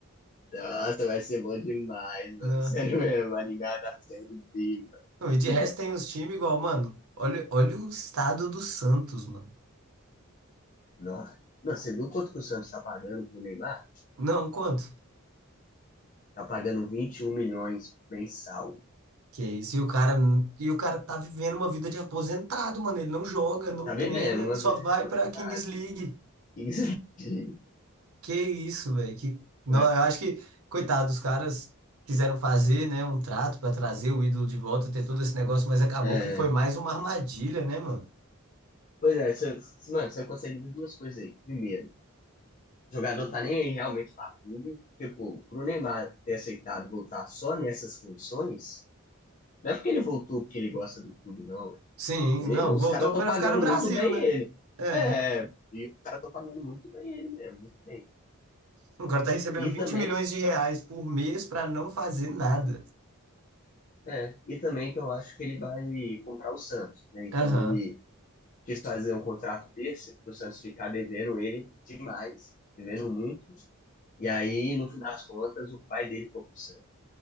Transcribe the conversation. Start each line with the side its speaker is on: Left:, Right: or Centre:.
Left: Nossa, vai ser bom demais, mano.
Right: Ah,
Left: <laughs> Sério mesmo, Maringá da Série B,
Right: Não, e de
Left: mano.
Right: resto tem uns times igual, mano. Olha, olha o estado do Santos, mano.
Left: Nossa. Não, você viu quanto que o Santos tá pagando pro Neymar?
Right: Não, quanto?
Left: Tá pagando 21 milhões mensal.
Right: Que isso? E o cara, e o cara tá vivendo uma vida de aposentado, mano. Ele não joga, não
Left: Tá
Right: treina,
Left: vivendo uma
Right: só
Left: vida
Right: vai
Left: de aposentado.
Right: pra Kings League.
Left: <laughs> isso aqui,
Right: Que isso, velho. Que... Não,
Left: né?
Right: eu
Left: <laughs>
Right: acho que, coitado, os caras quiseram fazer, né, um trato pra trazer o ídolo de volta, ter todo esse negócio, mas acabou
Left: É.
Right: que foi mais uma armadilha, né, mano?
Left: Pois é, você, mano, você consegue ver duas coisas aí. Primeiro, o jogador tá nem aí realmente pra clube. Tipo, pro Neymar ter aceitado voltar só nessas condições, não é porque ele voltou porque ele gosta do clube, não.
Right: Sim,
Left: E
Right: não,
Left: os
Right: voltou
Left: caras estão
Right: pra
Left: pagando
Right: ficar no Brasil,
Left: muito bem
Right: né?
Left: ele.
Right: É.
Left: É, e os caras estão pagando muito bem ele mesmo, muito bem.
Right: O cara tá recebendo
Left: E
Right: 20
Left: também,
Right: milhões de reais por mês pra não fazer nada.
Left: é, e também que eu acho que ele vai comprar o Santos, né? Então
Right: Aham,
Left: ele quis fazer um contrato desse para o Santos ficar devendo ele demais, devendo muito. E aí, no fim das contas, o pai dele foi pro Santos,